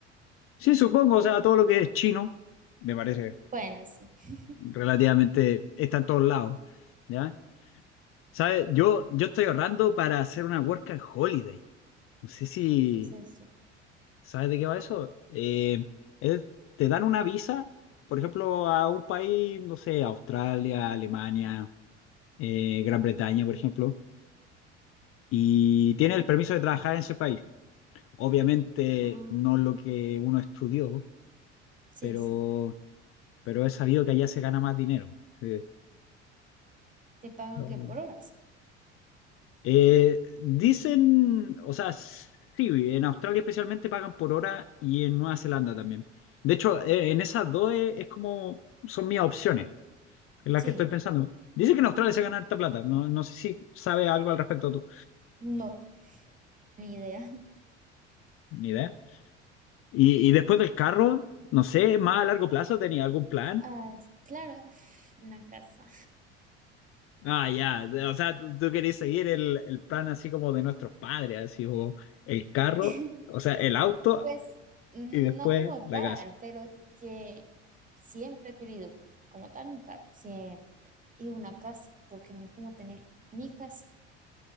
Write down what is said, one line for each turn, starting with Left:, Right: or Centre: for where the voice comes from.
Left: Sí, supongo, o sea, todo lo que es chino me parece
Right: Bueno, sí.
Left: relativamente
Right: <laughs>
Left: está en todos lados, ¿ya? ¿Sabes? Yo, yo estoy ahorrando para hacer una work and holiday. No sé si
Right: ¿Qué es eso?
Left: ¿Sabes de qué va eso? Eh, es- te dan una visa, por ejemplo, a un país, no sé, Australia, Alemania, eh, Gran Bretaña, por ejemplo, y tiene el permiso de trabajar en ese país. Obviamente
Right: Ah,
Left: no lo
Right: ah,
Left: que uno estudió,
Right: sí,
Left: pero,
Right: sí.
Left: pero he sabido que allá se gana más dinero. Sí.
Right: Te pagan
Left: No.
Right: que por horas.
Left: Eh, dicen, o sea, sí, en Australia especialmente pagan por hora y en Nueva Zelanda también. De hecho, eh, en esas dos es es como son mis opciones. en la
Right: Sí.
Left: que estoy pensando. Dice que en Australia se gana harta plata. No, no sé si sabe algo al respecto tú.
Right: No, ni idea.
Left: Ni idea. Y, y después del carro, no sé, más a largo plazo, ¿tenía algún plan?
Right: Ah, claro, <laughs> una casa.
Left: Ah, ya. O sea, tú, tú querés seguir el, el plan así como de nuestros padres, así o el carro,
Right: <laughs>
Left: o sea, el auto
Right: Pues mm,
Left: y después
Right: no como
Left: la
Right: tal,
Left: casa.
Right: pero que siempre he querido como tal un carro, siempre. Y una casa, porque no hay como tener mi casa.